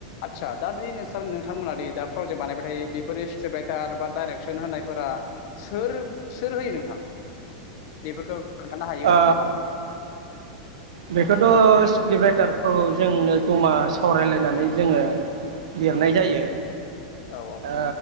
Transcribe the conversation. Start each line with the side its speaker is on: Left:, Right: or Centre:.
Left: आदसा दा दि नोंथांमोना दि दा प्रजेक्ट बानायबाय थायो बेफोरो स्क्रिप्ट राइटार बा डाइरेक्सन होनायफोरा सोर सोर होयो नोंथां बेफोरखौ खोन्थानो हायो
Right: ओ
Left: <unintelligible> नामा
Right: बेखौथ' स्क्रिप राइटारखौ जोंनो जमा सावरायलायनानै जोंङो लिरनाय जायो
Left: औ
Right: ओ